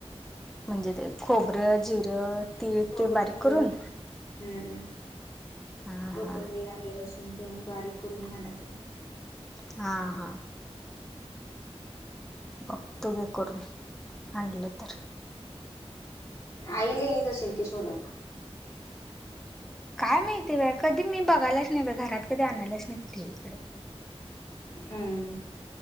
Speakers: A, in the centre; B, on the left.
A: म्हणजे ते खोबरं जिरं तीळ
B: खोबरं
A: ते बारीक करून.
B: जिरे हम्म.
A: हा
B: कोथंबीर,
A: हा
B: आले लसून तेन बारीक करून घालायचं.
A: हा हा. बघतो गे करून. आणलं तर?
B: आईले येत असेल की सोलायला.
A: काय माहिती बा? कधी मी बघायलाच नाही बा? घरात कधी आणायलाच नाही ते इकडं.
B: हम्म.